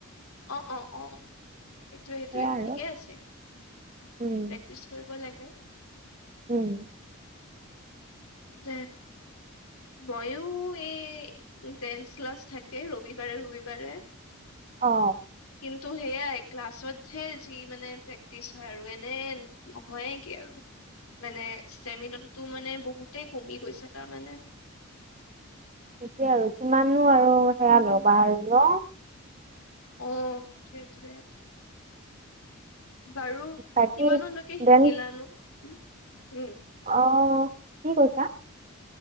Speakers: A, on the left; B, on the right.
A: অ', অ', অ', সেইটোৱে সেইটোৱে
B: সেয়া আৰু
A: ঠিকেই আছে।
B: উম।
A: পিছ কৰিব লাগে।
B: উম।
A: <inaudible> মইয়ো এই ডেন্স ক্লাছ থাকে ৰবিবাৰে ৰবিবাৰে।
B: অ'।
A: কিন্তু সেইয়ে ক্লাছতহে যি মানে প্ৰেক্টিচ হয় আৰু এনে নহয় কি আৰু। মানে ষ্টেমিনাটো মানে বহুতেই কমি গৈছে তাৰমানে।
B: সেইটোৱে আৰু কিমানো আৰু সেয়া ল'বা
A: হম।
B: আৰু ন!
A: অ', সেইটোৱে। বাৰু
B: বাকী
A: কিমানলৈকে শিকিলানো?
B: দেন
A: উম!
B: অ', কি কৈছা?